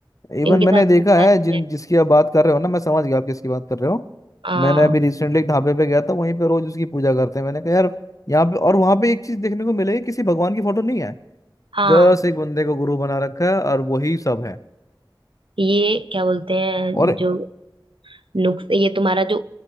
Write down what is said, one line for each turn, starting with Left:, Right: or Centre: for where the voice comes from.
Left: इवन
Right: इनके
Left: मैंने
Right: साथ
Left: देखा
Right: हुआ
Left: है
Right: नहीं
Left: जिन
Right: है
Left: जिसकी आप बात कर रहे हो ना मैं समझ गया आप किसकी बात कर रहे हो
Right: हाँ
Left: मैंने अभी रिसेंटली एक ढाबे पे गया था वहीं पे रोज उसकी पूजा करते हैं मैंने कहा यार यहाँ पे और वहां पे एक चीज देखने को मिलेगी किसी भगवान की फोटो नहीं है
Right: हाँ
Left: जस्ट एक बंदे को गुरु बना रखा है और वही सब है
Right: ये क्या बोलते हैं
Left: और
Right: जो नुक्स ये तुम्हारा जो